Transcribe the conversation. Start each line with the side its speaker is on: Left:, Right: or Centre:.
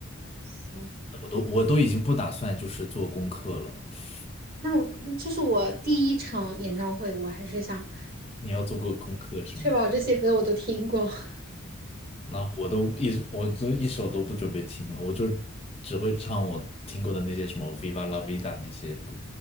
Right: 行，
Left: 我都我都已经不打算就是做功课了。<laughs>
Right: 那我这是我第一场演唱会，我还是想
Left: 你要做过功课是吗？
Right: 确保这些歌我都听过 <laughs>
Left: 那我都一我都一首都不准备听了，我就只会唱我听过的那些什么《Viva La Vida》那些歌。